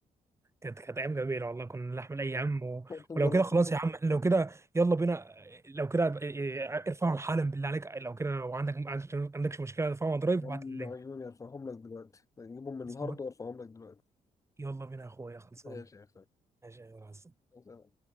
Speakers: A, on the right; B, on the left.
A: كانت كانت ايام جميله والله كنا نحمل اي هم و...
B: <laughs> المرة-
A: ولو كده خلاص يا عم إحنا لو كده يلا بينا لو كده إيه، إيه، ارفعهم حالا بالله عليك لو كده لو عندك ما عندكش مشكله ارفعهم على درايف
B: دم
A: وابعت لي اللينك
B: عيوني ارفعهم لك دلوقتي نجيبهم من
A: خلصان.
B: الهارد وارفعهم لك دلوقتي
A: يلا بينا يا اخويا خلصان
B: ماشي يا
A: ماشي يا جماعة.
B: اخوي